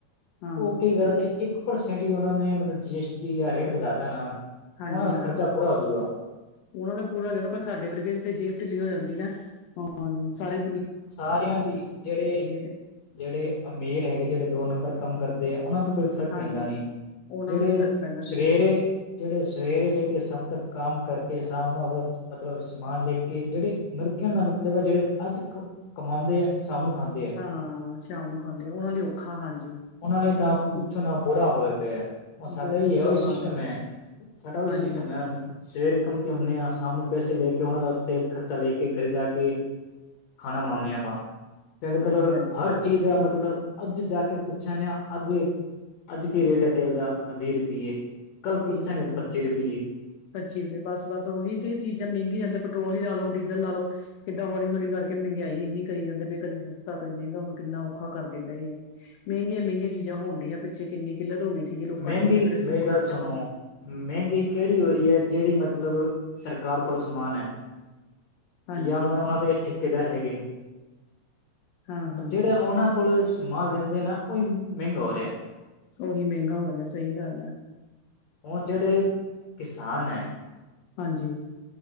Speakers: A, on the left (about 90°); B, on the left (about 65°).
A: ਹਾਂ
B: ਉਹ ਕੀ ਕਰਦੇ, ਇੱਕ ਪਰਸੈਂਟ ਹੀ ਉਹਨਾਂ ਨੇ ਮਤਲਬ ਜੀ ਐਸਟੀ ਦਾ ਰੇਟ ਵਧਾਤਾਾ ਨਾ
A: ਹਾਂਜੀ
B: ਉਹਨਾਂ ਦਾ
A: ਹਾਂਜੀ
B: ਖਰਚਾ ਪੂਰਾ ਹੋਜੂਗਾ
A: ਉਹਨਾਂ ਦਾ ਪੂਰਾ ਜਗ੍ਹਾ ਪਰ ਸਾਡੇ ਵਰਗੇ ਜਥੇ ਜੇਬ ਢਿੱਲੀ ਹੋ ਜਾਂਦੀ ਨਾ। ਅਹ ਸਾਰੇ
B: ਸਾਰਿਆਂ ਦੀ। ਜਿਹੜੇ
A: ਤੇ
B: ਜਿਹੜੇ ਅਮੀਰ ਹੈਗੇ ਜਿਹੜੇ ਦੋ ਨੰਬਰ ਕੰਮ ਕਰਦੇ ਆ। ਉਹਨਾਂ ਤੋਂ ਕੋਈ ਫ਼ਰਕ
A: ਹਾਂਜੀ
B: ਪੈਂਦਾ ਨਹੀਂ।
A: ਉਹਨਾਂ
B: ਜਿਹੜੇ
A: ਨੂੰ ਨੀ ਫ਼ਰਕ ਪੈਂਦਾ
B: ਸਵੇਰੇ,
A: ਸਹੀ
B: ਜਿਹੜੇ ਸਵੇਰੇ ਲੈ ਕੇ ਸਮ ਤੱਕ ਕੰਮ ਕਰਕੇ। ਸਾਮ ਨੂੰ ਆਪ ਮਤਲਬ ਸਮਾਨ ਲੈਖ ਕੇ ਜਿਹੜੇ ਨਕਣ ਦਾ ਮਤਲਬ ਹੈ ਜਿਹੜੇ ਅੱਜ ਕਮਾਉਂਦੇ ਆ। ਸ਼ਾਮ ਨੂੰ ਖਾਂਦੇ ਆ
A: ਹਾਂ। ਸ਼ਾਮ ਨੂੰ ਖਾਂਦੇ ਉਹਨਾ ਲਈ ਔਖਾ ਹਾਂਜੀ!
B: ਉਹਨਾਂ ਲਈ ਤਾਂ ਕੁਛੋ
A: ਹਾਂ
B: ਨਾ ਬੁਰਾ ਹੋਆ ਪਿਆ ਉਹ ਸਾਡਾ
A: ਬਹੁਤ
B: ਹੀ
A: ਬੁਰਾ
B: ਹੈਹੀ
A: ਹਾਲ
B: ਸਿਸਟਮ ਹੈ ਸਾਡਾ ਵੀਹੀ
A: ਹਾਂਜੀ
B: ਸਿਸਟਮ ਹੈ । ਸਵੇਰੇ ਕੰਮ ਤੀ ਹੁੰਦੇ, ਆ ਸਾਮ ਨੂੰ ਪੈਸੇ ਲੈ ਕੇ ਉਹਨਾਂ ਦਾ ਤੇਲ ਖਰਚਾ ਲੈ ਕੇ । ਘਰੇ ਜਾ ਕੇ ਖਾਣਾ ਬਣਾਉਂਦੇ ਹਾਂ, ਵਾਂ ਮਤਲਬ
A: ਹਾਂਜੀ ਹਾਂਜੀ
B: ਹਰ ਚੀਜ਼ ਦਾ ਮਤਲਬ ਅੱਜ ਜਾ ਕੇ ਪੁੱਛਾਂ ਨ ਆ ਅੱਗੇ ਅੱਜ ਕੀ ਰੇਟ ਹੈ। ਤੇਲ ਦਾ ਵੀਹ ਰੁਪਈਏ। ਕੱਲ
A: ਵੀਹ
B: ਪੁੱਛਾਂਗੇ
A: ਰੁਪਏ
B: ਤਾਂ
A: ਹਾਂ।
B: ਪੱਚੀ ਰੁਪਈਏ
A: ਪੱਚੀ ਰੁਪਏ ਬਸ ਬਸ ਉਹੀ ਤੇ ਚੀਜ਼ਾਂ ਮਹਿੰਗੀਆਂ ਜਾਂਦੀ । ਪੈਟਰੋਲ ਲਾ ਲਓ ਡੀਜ਼ਲ ਲਾ ਲਓ । ਕਿੱਦਾਂ ਹੌਲੀ ਹੌਲੀ ਕਰਕੇ ਮਹਿੰਗਾਈ ਇੰਨੀ ਕਰੀ ਜਾਂਦੇ, ਕਦੀ ਸਸਤਾ ਕਦੀ ਮਹਿੰਗਾ ਹੁਣ ਕਿੰਨਾ ਸਔਖਾ ਕਰਦੇ ਪਏ ਆ। ਮਹਿੰਗੀਆਂ ਮਹਿੰਗੀਆਂ ਚੀਜ਼ਾਂ ਹੋਣ ਡੀਆਂ ਪਿੱਛੇ ਕਿੰਨੀ ਕਿੱਲਤ ਹੋ ਗਈ। ਸੀਗੀ। ਲੋਕਾਂ
B: ਮਹਿੰਗੀ
A: ਨੇੰਨੇ ਕਿੰਨ ਸਟੋਰ
B: ਮੇਰੀ ਗੱਲ
A: ਕਰਕੇ
B: ਸੁਣੋ
A: ਰ
B: ਮਹਿੰਗੀ ਕਿਹੜੀ ਹੋਈ ਹੈ । ਜਿਹੜੀ ਮਤਲਬ ਸਰਕਾਰ ਕੋਲ ਸਮਾਨ ਹੈ।
A: ਹਾਂਜੀ
B: ਜਾਂ ਉਹਨਾਂ ਦੇ ਉਹਨਾਂ ਦੇ ਠੇਕੇਦਾਰ ਹੈਗੇ।
A: ਹਾਂ ਹਾਂ
B: ਜਿਹੜਾ ਉਹਨਾਂ ਕੋਲ ਸਮਾਨ ਲੈਂਦੇ ਨਾ, ਉਹਹੀ ਮਹਿੰਗਾ ਹੋ ਰਿਹਾ।
A: ਉਹੀ ਮਹਿੰਗਾ ਹੋ ਰਿਹਾ ਸਹੀ ਗੱਲ ਆ।
B: ਉਹ ਜਿਹੜੇ ਕਿਸਾਨ ਹੈ।
A: ਹਾਂਜੀ!